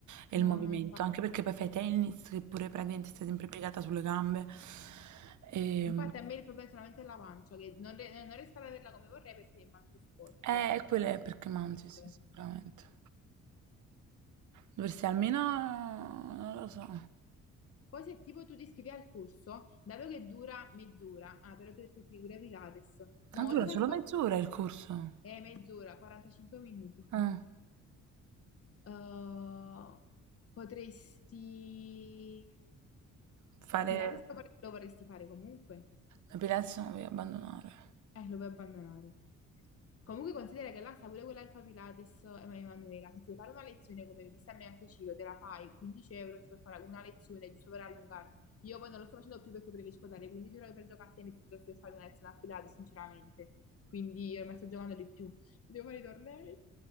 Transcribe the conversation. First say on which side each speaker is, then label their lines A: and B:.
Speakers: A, on the right; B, on the left.
A: è
B: no,
A: il movimento,
B: no, infatti.
A: anche perché poi fai tennis, che pure praticamente stai sempre piegata sulle gambe. E,
B: Infatti a me il problema è solamente la pancia, che non, re- non riesco ad averla come vorrei perché mangio sporco.
A: eh,
B: diciamo,
A: quello è perché mangi,
B: quello
A: sì,
B: è.
A: sicuramente. Dovresti almeno, non lo so.
B: Poi se tipo tu ti iscrivi al corso, dato che dura mezz'ora, ah, però tu hai detto che ti cura Pilates, mo
A: Ah, dura
B: ti fai
A: solo
B: spostare...
A: mezz'ora il corso.
B: Eh, mezz'ora, 45 minuti.
A: Ah,
B: Uh, potresti...
A: fare
B: Pilates lo vorrei- lo vorresti fare comunque?
A: l'epilation e abbandonare.
B: Eh, lo vuoi abbandonare. Comunque considera che là sta pure quella che fa Pilates, Em- Emanuela, se ti vuoi fare una lezione come mi a me anche Ciro, te la fai, 15 euro, ti puoi fare una lezione giusto per allungarti. Io poi non lo sto facendo più perché preferisco dare 15 euro per giocare a tennis piuttosto che fare una lezione a Pilates, sinceramente. Quindi io ormai sto giocando di più. Devo fare i tornei.